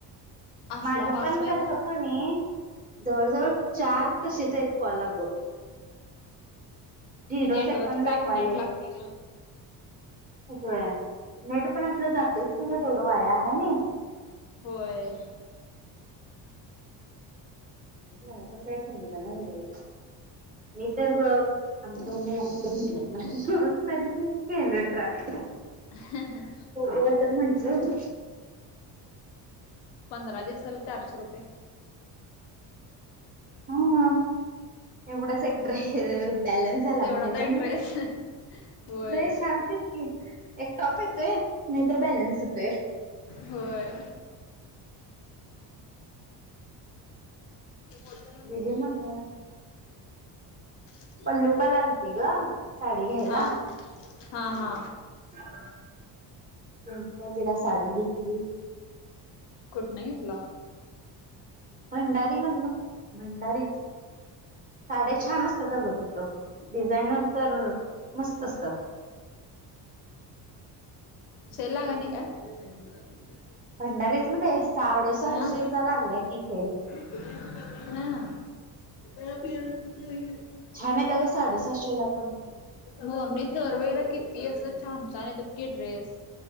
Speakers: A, on the left; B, on the right.
A: असला
B: माझ
A: बासलाय
B: पण कस
A: आता
B: पण जवळजवळ चार तशीच आहेत कॉल गं जीरो
A: ती नेटवर्कच
B: सेकंड दाखवलाय.
A: एक नेट लागते ग
B: होय नेट पण आपलं जातेच की ग वाया होय नाही.
A: होय.
B: मला पण काय समजाना झाले. मी तर ब आमचं यांनी नको म्हटलं ना खरच तरी मी केलं ट्राय
A: हा हां
B: बघूया तर म्हटलं
A: पंधरा दिवसाला चारशे रुपये
B: हा एवढाच एक ड्रेस बॅलन्स झाला
A: तेवढाच
B: म्हणायचा
A: एक
B: मग...
A: ड्रेस होय
B: ड्रेस हा ती एक टॉप येतोय... नायतर बॅलन्स होतोय
A: होय ते बोलत्यान अन
B: दिदी
A: ते सगळी
B: म्हणून
A: <inaudible>
B: पल्लु काल आलती गं... साडी घ्यायला
A: हा हा हा
B: <unintelligible> मी तिला साडी घेतली
A: कुठनं घेतला?
B: भंडारी मधनं... भंडारीज साड्या छान असतात अगं तिथं... डिझायनर तर... मस्त असतात
A: सेल लागाय नई काय? <unintelligible>
B: भंडारीज मध्ये.... साडेसहाशेचा...
A: हा
B: लागलाय कि सेल
A: हा <unintelligible>
B: छान हायेत अगं... साडेसाहाशेला पण
A: मोरनीत दरवेळेला किती असं.. छान... छान येतात की ड्रेस...